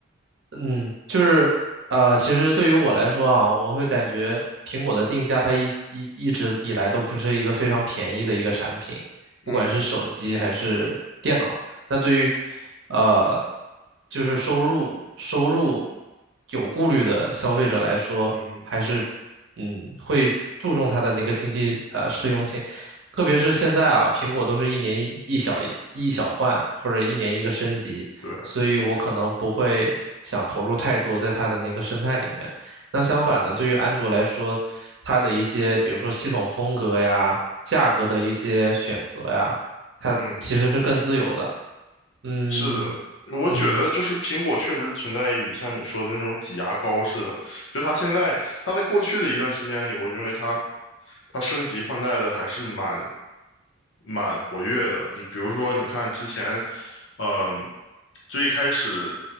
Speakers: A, on the right; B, on the left.
A: 嗯，就是呃，其实对于我来说啊，我会感觉苹果的定价它一一一直以来都不是一个非常便宜的一个产品，不管是手机还是电脑。
B: 嗯
A: 那对于呃，就是收入收入有顾虑的消费者来说，
B: 嗯，
A: 还是嗯会注重它的那个经济呃适用性。特别是现在啊，苹果都是一年一一小一小换，或者一年一个升级，
B: 对，
A: 所以我可能不会想投入太多在它的那个生态里面。那相反呢，对于安卓来说，它的一些比如说系统风格呀、价格的一些选择呀，它其实是更自由的。
B: 嗯。
A: 嗯
B: 是的，我觉得就是苹果确实存在于像你说的那种挤牙膏似的，
A: 嗯
B: 就它现在，它在过去的一段时间里，我认为它它升级换代的还是蛮蛮活跃的。就比如说，你看之前，嗯、最一开始